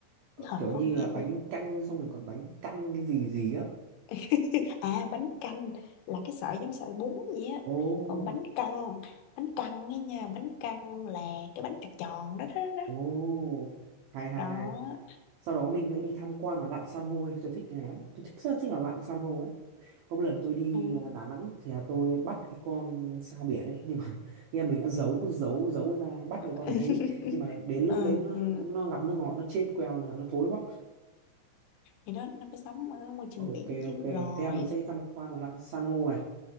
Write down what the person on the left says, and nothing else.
Nó hợp
khẩu
vị
tôi
<laughs> à bánh canh là cái sợi giống sợi bún vậy á
còn bánh căn bánh căn ấy nha bánh căn là cái bánh tròn tròn đó đó đó
đó
ừ.
<laughs>
ừ,
ừ.
thì nó nó phải sống ở môi trường
biển chứ
rồi